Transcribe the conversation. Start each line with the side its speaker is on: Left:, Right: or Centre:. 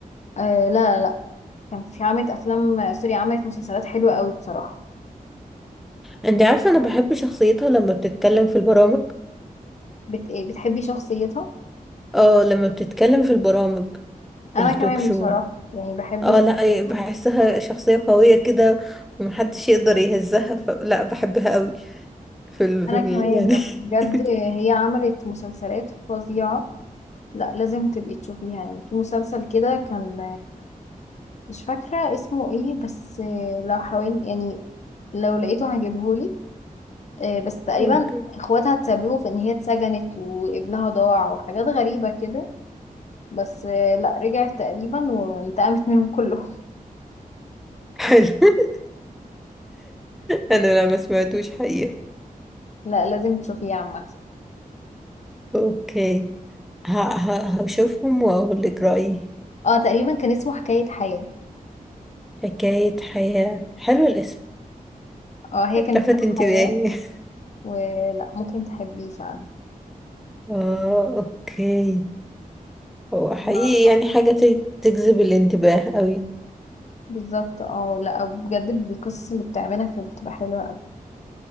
Left: آه لا لا كان في عملت افلام سوري عملت مسلسلات حلوه قوي بصراحه
Centre: انت عارفة انا بحب شخصيتها لما بتتكلم في البرامج
Left: بت... إيه، بتحبي شخصيتها
Centre: اه لما بتتكلم في البرامج
Left: انا
Centre: التوك
Left: كمان
Centre: شو
Left: بصراحة يعني بحب
Centre: اه
Left: شخصيتها
Centre: لا إيه، بحسها شخصية قوية كده ومحدش يقدر يهزها ف... لا بحبها قوي في ال...
Left: انا
Centre: في ال...
Left: كمان
Centre: يعني
Left: بس بجد
Centre: <laughs>
Left: هي عملت مسلسلات فظيعة لا لازم تبقي تشوفيها يعني في مسلسل كده كان مش فاكرة اسمه ايه بس لو حاول يعني لو لقيته هجيبهولك آه، بس تقريبا
Centre: اوكي
Left: اخواتها تسببوا في ان هي اتسجنت وابنها ضاع وحاجات غريبة كده بس آه، لا رجعت تقريبا وانتقمت منهم كلهم <laughs>
Centre: حلو <laughs> انا لا ما سمعتوش حقيقة
Left: لا لازم تشوفيه عامة
Centre: اوكي ه... ه... هشوفهم واقول لك رأيي
Left: اه تقريبا كان اسمه حكاية حياة
Centre: حكاية حياة حلو الاسم
Left: اه هي كانت
Centre: لفت
Left: اسمها
Centre: انتباهي
Left: حياة
Centre: <laughs>
Left: ولا ممكن تحبيه فعلا
Centre: اه اوكي هو حقيقي
Left: ما-
Centre: يعني حاجة ت- تجذب الانتباه قوي
Left: بالظبط اه لا بجد القصص اللي بتعملها كانت بتبقى حلوة قوي